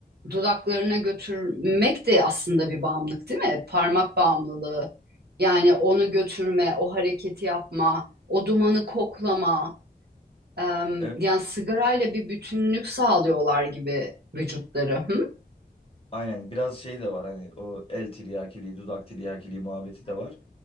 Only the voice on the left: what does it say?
Evet,
aynen biraz şey de var hani o el tiryakiliği, dudak tiryakiliği muhabbeti de var.